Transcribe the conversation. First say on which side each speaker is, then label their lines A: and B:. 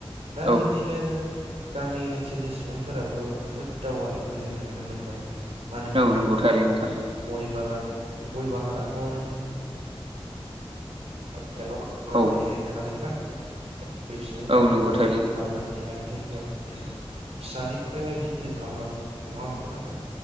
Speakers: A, on the right; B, on the right.
A: दा
B: औ
A: बिदिनो गामि ओनसोलनि सुबुंफोराबो बुहुत दावगानायखौ जों नुनो मोनबाय। मानो होननानै
B: औ नंगौ
A: बुङोब्ला
B: थारैनो नोंथां
A: गय बागान गय बागानाथ' नों <unintelligible> गायनो हाया
B: औ
A: नालाय नोंथां। बै सुबुंफोराबो
B: औ नंगौ थारैनो
A: फुलि खालामनानैहाय <unintelligible> फिसानिफ्रायहाय गिदिर खालामलां नङा होनबा नोंथां।